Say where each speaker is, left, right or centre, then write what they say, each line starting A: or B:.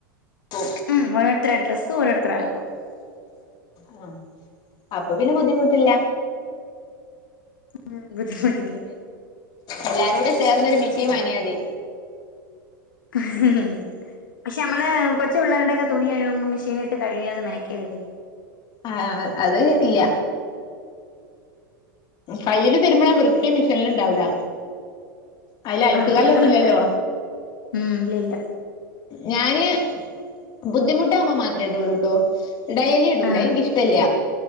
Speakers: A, on the left; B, on the left.
A: ക്കോ
B: ഉം ഒരോരുത്തരെ ഡ്രസ് ഒരോരുത്തര് അലക്കും.
A: ആഹ് അപ്പൊ പിന്നെ ബുദ്ധിമുട്ടില്ല
B: ഉം ബജ്ഫട്ടില്ലേ
A: എല്ലാരൂടെ ചേർന്നൊരു മിഷീൻ വാങ്ങിയാ മതി.
B: ആഹ് നാ പക്ഷെ നമ്മള് കൊച്ചു പിള്ളേരുടെയോക്കെ തുണി കഴുകുമ്പോ മെഷീനിട്ടു കഴുകിയാ അത് മെനക്കേട് അല്ലെ
A: ആഹ് അത് ഇല്ല കയ്യില് തിരുമണ വൃത്തി മിഷീൻല് ഉണ്ടാവൂല്ലാ. അയില് അലക്ക്
B: ആ
A: കല്ലൊന്നുല്ലല്ലോ
B: അത് കറക്റ്റാ ഉം ഇല്ല ഇല്ല
A: ഞാന് ബുദ്ധിമുട്ടാകുമ്പോ മാത്രേമേയിടൊള്ളൂ ട്ടോ ഡെയ്ലി ഇടൂല.
B: ആ
A: അതിൻക്ക് ഇഷ്ടല്ല.